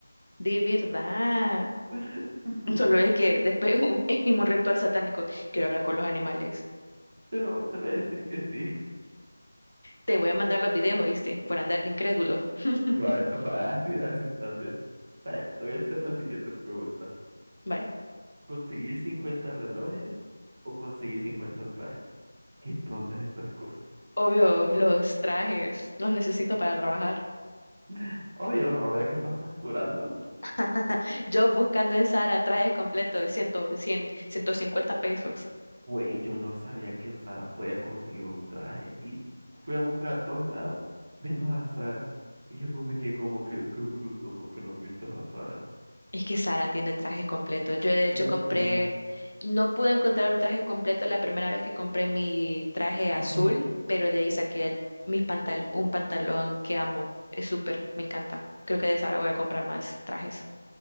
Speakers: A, on the left (about 70°); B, on the right (about 30°).
A: De verdad.
B: <laughs>
A: Solo es que después <laughs> en un ritual satánico quiero hablar con los animales.
B: Te lo, te voy a decir que sí.
A: Te voy a mandar los videos, ¿oíste? Por andar de incrédulos. <laughs>
B: Vale, va, así, así tal vez. Vaya, te voy a hacer la siguiente pregunta.
A: Vaya.
B: ¿Conseguir 50 relojes o conseguir 50 trajes? Qué tontas estas cosas.
A: Obvio, los trajes, los necesito para trabajar.
B: <laughs> Obvio, ahora que estás facturando.
A: <laughs> Yo buscando en Sara trajes completos, de cien cien, ciento cincuenta pesos.
B: Güey, yo no sabía que en Zara podía conseguir un traje y fui a buscar a todos lados, menos a Zara. Y después me quedé como que, qué bruto, ¿por qué no fuiste a Zara?
A: Es que Sara tiene trajes completos. Yo de hecho
B: Ujú.
A: compré, no pude encontrar un traje completo la primera vez que compré mi traje azul,
B: <clears throat>
A: pero de ahí saqué el- mis pantal un pantalón que amo. Es súper, me encanta. Creo que de Sara voy a comprar más trajes.